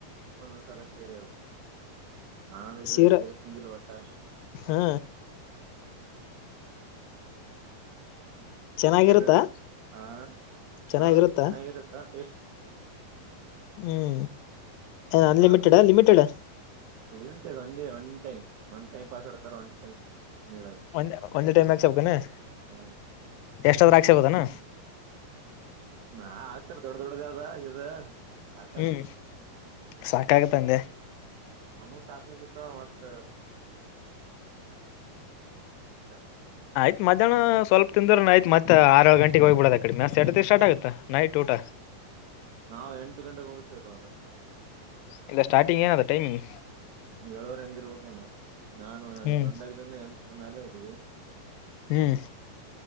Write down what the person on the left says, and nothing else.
ಸೀರಾ
ಹಾ ಚೆನ್ನಾಗಿರುತ್ತಾ
ಚೆನ್ನಾಗಿರುತ್ತಾ
ಹ್ಮ್ ಅನ್ಲಿಮಿಟೆಡ್
ಲಿಮಿಟೆಡ್
ಒಂದೇ ಒಂದೇ ಟೈಮ್ ಹಾಕ್ಸಕಬೇಕ ಏನ್
ಎಷ್ಟಾದ್ರೂ ಹಾಕ್ಸಗೋಬದನಾ
ಹ್ಮ್ ಸಾಕಾಗತ್ತಂದೆ
ಆಯ್ತ ಮಧ್ಯಾಹ್ನ ಸ್ವಲ್ಪ ತಿಂದ್ರನ ಆಯ್ತ್ ಮತ್ತ ಆರ ಏಳ ಗಂಟೆಗೆ ಹೋಗ್ಬ ಬಿಡದ ಆ ಕಡೆ ಮೆಸ್ ಎಸ್ಟೋತ್ತಿಗೆ ಸ್ಟಾರ್ಟ ಆಗುತ್ತೆ ನೈಟ್ ಊಟ
ಇಲ್ಲ ಸ್ಟಾರ್ಟಿಂಗ ಏನ್ ಅದ ಟೈಮಿಂಗ್
ಹ್ಮ್
ಹ್ಮ್